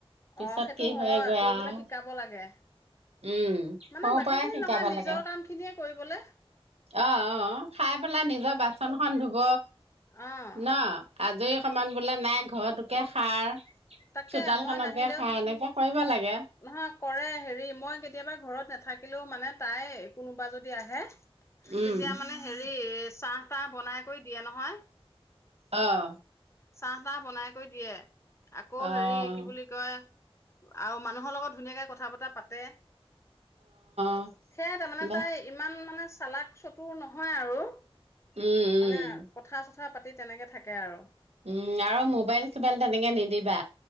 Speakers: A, on the right; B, on the left.
A: পিছত
B: অ সেইটো
A: কি
B: হয়
A: হয়গৈ
B: কৰিবলৈ
A: আৰু
B: শিকাব লাগে
A: উম
B: মানে
A: সৰু
B: বাকী
A: পৰাই
B: খিনি
A: শিকাব
B: নহয় নিজৰ
A: লাগে
B: কাম খিনিয়ে কৰিবলে
A: অ অ খাই পেলাই নিজৰ বাচনখন ধুব
B: অঁ
A: ন আজৰি অকণমান বোলে নাই ঘৰটোকে সাৰ
B: তাকে
A: চোতাল
B: মই
A: খনকে
B: নাহিলেও
A: সাৰ এনেকে কৰিব লাগে
B: নহয় কৰে হেৰি মই কেতিয়াবা ঘৰত নাথাকিলেও মানে তাই কোনোবা যদি আহে তেতিয়া
A: উম
B: মানে হেৰি চাহ তাহ বনাই কৰি দিয়ে নহয়
A: অহ
B: চাহ তাহ বনাই কৰি দিয়ে? আকৌ
A: অ
B: হেৰি কি বুলি কয় আৰু মানুহৰ লগত ধুনীয়াকে কথা বতৰা পাতে
A: অ
B: সেইয়াই তাৰমানে
A: বাচ
B: তাই ইমান মানে চালাক চতুৰ নহয় আৰু
A: উম উম
B: মানে কথা চথা কথা পাতি তেনেকে থাকে আৰু
A: উম আৰু মোৱাইল চোবাইল তেনেকে নিদিবা।